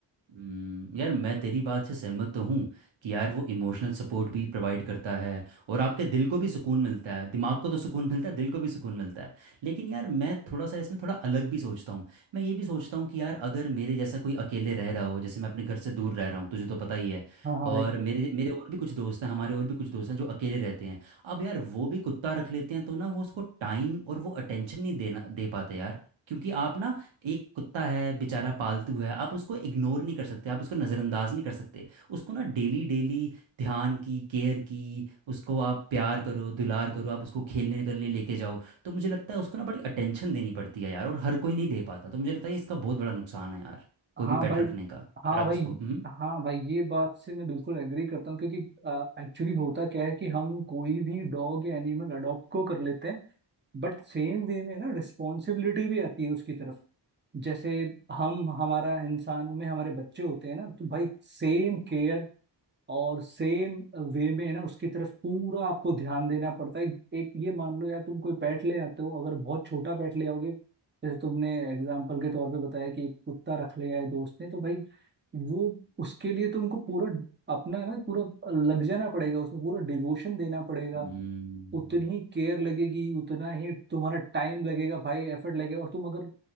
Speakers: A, on the right; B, on the right.
A: हम्म, यार मैं तेरी बात से सहमत तो हूँ कि यार वो इमोशनल सपोर्ट भी प्रोवाइड करता है और आपके दिल को भी सुकून मिलता है दिमाग को तो सुकून मिलता है दिल को भी सुकून मिलता है लेकिन यार मैं थोड़ा सा इसमें थोड़ा अलग भी सोचता हूँ मैं ये भी सोचता हूँ कि यार अगर मेरे जैसा कोई अकेले रह रहा हो जैसे मैं अपने घर से दूर रह रहा हूँ तुझे तो पता ही है
B: हाँ हाँ
A: और
B: भाई
A: मेरे मेरे और भी कुछ दोस्त हैं हमारे और भी कुछ दोस्त हैं जो अकेले रहते हैं अब यार वो भी कुत्ता रख लेते हैं तो ना वो उसको टाइम और वो अटेंशन नहीं देना दे पाते यार क्योंकि आप ना एक कुत्ता है बेचारा पालतू है आप उसको इग्नोर नहीं कर सकते आप उसको नज़रअंदाज नहीं कर सकते उसको ना डेली डेली ध्यान की केयर की उसको आप प्यार करो दुलार करो आप उसको खेलने के लिए लेके जाओ तो मुझे लगता है उसको ना बड़ी अटेंशन देनी पड़ती है यार और हर कोई नहीं दे पाता तो मुझे लगता है इसका बहुत बड़ा नुकसान है यार कोई
B: हाँ
A: भी पेट
B: भाई
A: रखने का अगर
B: हाँ
A: आप
B: भाई
A: उसको हम्म
B: हाँ भाई ये बात से मैं बिल्कुल एग्री करता हूँ क्योंकि एक्चुअली होता क्या है कि हम कोई भी डॉग या एनिमल अडॉप्ट को कर लेते हैं बट सेम वे में ना रिस्पॉन्सिबिलिटी भी आती है उसकी तरफ जैसे हम हमारा इंसानों में हमारे बच्चे होते हैं ना तो भाई सेम केयर और सेम वे में है ना उसकी तरफ पूरा आपको ध्यान देना पड़ता है एक ये मान लो यार तुम कोई पेट ले आते हो अगर बहुत छोटा पेट ले आओगे जैसे तुमने एग्जाम्पल के तौर पे बताया कि एक कुत्ता रख लिया है दोस्त ने तो भाई वो उसके लिए तुमको पूरा अपना ना पूरा लग जाना पड़ेगा उसमें पूरा डिवोशन देना पड़ेगा
A: <laughs> हम्म हम्म
B: उतनी
A: हम्म
B: ही केयर लगेगी उतना ही तुम्हारा टाइम लगेगा भाई एफर्ट लगेगा और तुम अगर